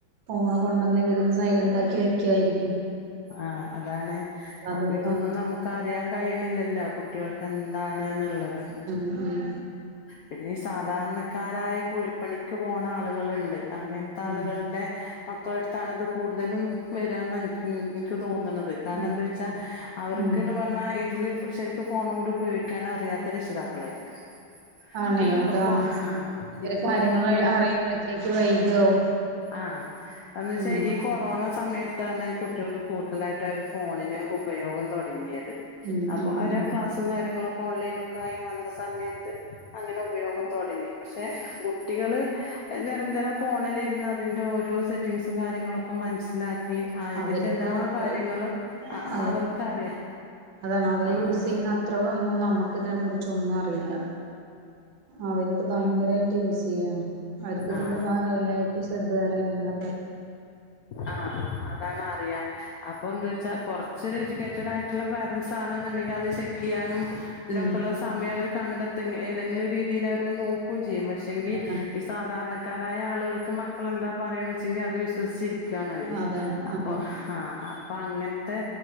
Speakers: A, on the right; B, on the left.
A: ഫോണ് കൊണ്ടന്നിവരിത് സൈലന്റാക്കി വെക്കായിരിക്കും.
B: ആഹ് അതാണ്
A: അതിപ്പോ
B: അപ്പൊ ഇതൊന്നും നമുക്ക് അറിയാൻ കഴിയണില്ലല്ലോ? കുട്ടികൾക്ക് എന്താണ്ന്നുള്ളത്.
A: ഉം ഉം
B: പിന്നെ ഈ സാധാരണക്കാരായ കൂലിപ്പണിക്ക് പോണ ആളുകളുണ്ട്. അങ്ങൻത്തെ
A: ഉം
B: ആളുകളുടെ മക്കളടുത്താണ്ത് കൂടുതലും വരാന്ന്. ഇൻ ഇൻക്ക് തോന്ന്ണത് കാരണം
A: ആഹ്
B: ന്താവച്ചാ അവർക്ക്ന്ന്
A: ഉം
B: പറഞ്ഞാ തില് ശരിക്ക് ഫോണും കൂടി ഉപയോഗിക്കാനും അറിയാത്ത രക്ഷിതാക്കളായിരിക്കും.
A: ആണേ
B: ഇതൊക്കെ
A: അതാണ്
B: ഇപ്പോ ആ
A: ഒരു
B: ഇപ്പൊ
A: കാര്യങ്ങൾ
B: നമുക്ക്
A: അറിയുമ്പോഴത്തേക്ക് വൈകാവും.
B: ആഹ് എന്ന വെച്ചാ
A: ഉം
B: ഈ കൊ റോണ സമയത്താണ് കുട്ടികൾക്ക് കൂടുതലായിട്ട് ആ ഒരു ഫോണിന് ഉപയോഗം തുടങ്ങിയത്
A: ഉം
B: അപ്പൊ
A: ഉം
B: അവര്
A: ഉം
B: ക്ലാസ്സും കാര്യങ്ങളൊക്കെ ഓൺലൈനു ഒക്കെ ആയി വന്ന സമയത്ത് അങ്ങനെ ഉപയോഗം തൊടങ്ങി പക്ഷേ കുട്ടികള് നിരന്തരം ഫോണിലിരുന്നതിന്റെ ഓരോ സെറ്റിംഗസും കാര്യങ്ങളൊക്കെ മൻസ്സിലാക്കി ആ അതിന്റെ
A: അവർക്ക്
B: എല്ലാ
A: അവര്
B: കാര്യങ്ങളും ആ
A: അതെ
B: അവർക്ക് അറിയാ
A: അതാണ് അവര്
B: ആഹ്
A: യൂസ് ചെയ്യുന്ന അത്ര ഒന്നും നമുക്ക് ഇതിനെ കുറിച്ച് ഒന്നും അറിയില്ല. അവരിത് ഭയങ്കരായിട്ട് യൂസ് ചെയ്യാണ്. അവർക്ക് ഇതിന്റെ
B: ആഹ്
A: ഭാ എല്ലാ ഏറ്റു സറ്റ് വരെ എല്ലാ
B: ആഹ് അതാണ് അറിയാ അപ്പൊ എന്താ വെച്ചാ കൊറച്ചൊരു എജ്യൂകെ റ്റടായിട്ടുള്ള പേരന്റ്സാണ്ന്നുണ്ടെങ്കി അത് ചെക്ക് ചെയ്യാനും ഇതിനൊക്കെയള്ള
A: ഉം
B: സമയം അവര് കണ്ട ത്തും ഏതെങ്കിലും രീതിയിലവര് നോക്കും ചെയ്യും പക്ഷേങ്കി
A: ഉം
B: ഈ സാ ധാരണക്കാരായ ആളുകൾക്ക് മക്കളെന്താ പറയണച്ചെങ്കി അത് വിശ്വസിച്ചിരിക്കാണ് അവര്.
A: അതാണ്
B: അപ്പൊ
A: അതാണ്
B: ഹാ അപ്പൊ അങ്ങൻത്തെ